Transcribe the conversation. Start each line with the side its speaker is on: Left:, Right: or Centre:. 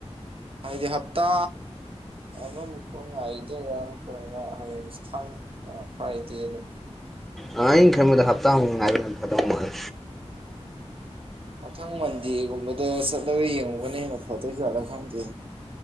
Right: ꯍꯥꯏꯗꯤ ꯍꯞꯇꯥ ꯑꯃꯃꯨꯛꯀꯣ ꯉꯥꯏꯗꯔ ꯍꯌꯦꯡ ꯊꯥꯡꯖꯥ ꯐ꯭ꯔꯥꯏꯗꯦꯅ
Centre: ꯑ ꯑꯩꯅ ꯈꯟꯕꯗ ꯍꯞꯇꯥ ꯉꯥꯏꯕꯅ ꯐꯗꯧ ꯃꯥꯜꯂꯦ
Right: ꯃꯊꯪ ꯃꯟꯗꯦꯒꯨꯝꯕꯗ ꯆꯠꯂꯒ ꯌꯦꯡꯉꯨꯕꯅ ꯍꯦꯟꯅ ꯐꯗꯣꯏ ꯆꯥꯠꯂ ꯈꯪꯗꯦ